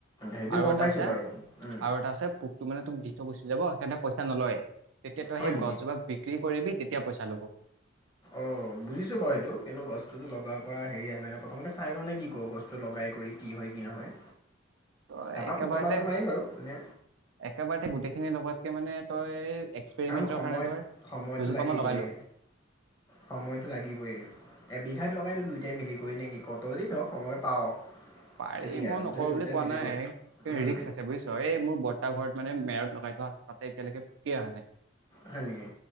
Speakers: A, on the left (about 20°); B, on the right (about 65°).
A: সেইটো
B: আৰু
A: গম
B: এটা
A: পাইছোঁ
B: আছে
A: বাৰু উম,
B: আৰু এটা আছে পোকটো মানে তোক গুচি যাব সেইকাৰণে পইচা নলয় তেতিয়া তই
A: হয়
B: সেই
A: নেকি
B: গছজোপা বিক্ৰী কৰিবি তেতিয়া তেতিয়া পইচা ল'ব।
A: অ' বুজিছো বাৰু এইটো কিন্তু গছটোতো লগাব পৰা হেৰি আ নাই ন। প্ৰথমতে চাই ল নে কি ক গছটো লগাই কৰি কি হয় কি নহয়?
B: ত
A: তাৰপৰা
B: একেবাৰতে
A: পোকৰ মাজাটো মাৰিম বাৰু নে
B: একেবাৰতে গোটেইখিনি লগোৱা ত ত মানে তই এক্সপেৰিমেন্টৰ
A: কাৰণ সময়ত
B: কাৰণে ধৰ
A: সময়তটো
B: দুজোপা
A: লাগিবয়ে
B: মান লগাই ল
A: সময়তটো লাগিবইে এবিঘাত লগ এইটো দুয়োটাই মিলি কৰি নে তই ক'। তই যদি ধৰ সময় পাৱ।
B: পাৰি
A: তেতিয়া
B: মই নকৰো
A: যদি দুয়োটাই
B: বুলি কোৱা
A: মিলি
B: নাই।
A: কৰি
B: কিন্তু
A: উম,
B: ৰিস্ক আছে বুজিছ এই মোৰ বৰ্তা ঘৰত মানে মেৰত লগাই থ আছে তাতে এতিয়ালৈকে পোকে অহা নাই।
A: হয় নেকি